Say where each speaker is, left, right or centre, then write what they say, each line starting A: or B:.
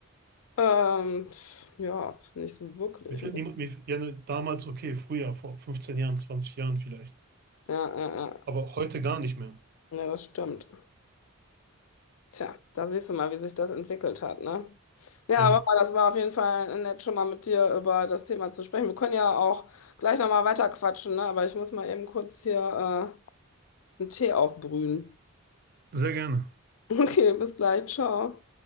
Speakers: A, on the left (about 80°); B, on the right (about 45°).
A: ähm, pf, ja, nicht so wirklich.
B: Mir fällt
A: ne?
B: niemand, mir, ja, ne, damals, okay, früher, vor 15 Jahren, 20 Jahren vielleicht.
A: Ja, ja, ja.
B: Aber heute gar nicht mehr.
A: Ja, das stimmt. Tja, da siehst du mal, wie sich das entwickelt hat, ne? Ja,
B: Ja,
A: aber das war auf jeden Fall nett, schon mal mit dir über das Thema zu sprechen. Wir können ja auch gleich nochmal weiter quatschen, ne? Aber ich muss mal eben kurz hier äh, einen Tee aufbrühen. <laughs>
B: sehr gerne.
A: Okay, bis gleich, ciao.